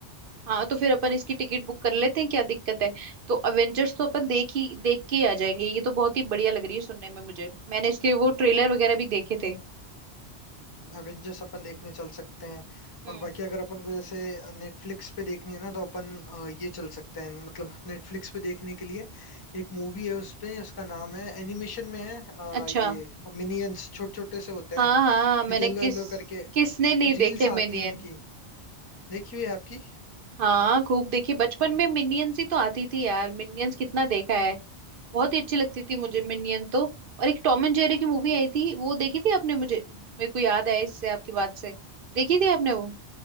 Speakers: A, on the right (about 60°); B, on the left (about 30°).
A: हाँ तो फिर अपन इसकी टिकट बुक कर लेते हैं क्या दिक्कत है तो अवेंजर्स तो अपन देख ही देख के ही आ जाएंगे ये तो बहुत ही बढ़िया लग रही है सुनने में मुझे मैंने इसके वो ट्रेलर वगैरह भी देखे थे
B: एवेंजर्स अपन देखने चल सकते हैं
A: हम्म
B: और बाकी अगर अपन को जैसे नेटफ्लिक्स पे देखनी है ना तो अपन अ, ये चल सकते हैं मतलब नेटफ्लिक्स पे देखने के लिए एक मूवी है उसपे उसका नाम है एनिमेशन में है अ,
A: अच्छा
B: ये मिनियंस छोटे छोटे से होते
A: हाँ
B: हैं
A: हाँ मैंने
B: येलो
A: किस
B: येलो करके
A: किसने नहीं
B: रील्स
A: देखे मिनियन
B: आती है उनकी देखी हुई है आपकी
A: हाँ खूब देखे बचपन में मिनियंस ही तो आती थी यार मिनियंस कितना देखा है बहुत ही अच्छी लगती थी मुझे मिनियन तो और एक टॉम एंड जेरी की मूवी आई थी वो देखी थी आपने मुझे मेरे को याद आया इससे आपकी बात से देखी थी आपने वो